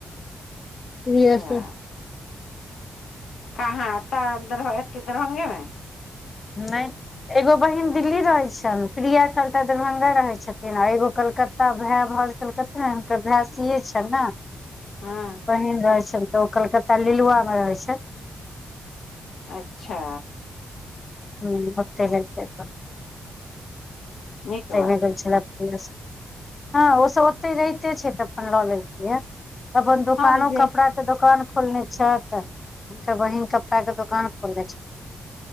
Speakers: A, on the left; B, on the left.
A: <unintelligible>
B: अच्छा कहाँ तऽ इधर इधर दरभंगे मे
A: नहि एगो बहिन दिल्ली रहैत छन प्रिया एखान दरभंगा रहै छथिन आ एगो कलकत्ता भाय भाऊज कलकत्ता हुनकर भाय सिये छैन न
B: हँ
A: बहिन रहै छ तऽ ओ कलकत्ता लीलुआ मे रहै छैथ
B: अच्छा
A: हू ओते रहत छैथ अपन
B: नीक बात
A: पेमेनट भेल छल ह ओसभ ओते रहिते छैथ तऽ अपन लऽ लखिन अपन दुकानो
B: हँ तऽ जे
A: कपड़ा के दोकान खोलने छैथ हुनकर बहिन कपड़ा के दोकान खोलने छैय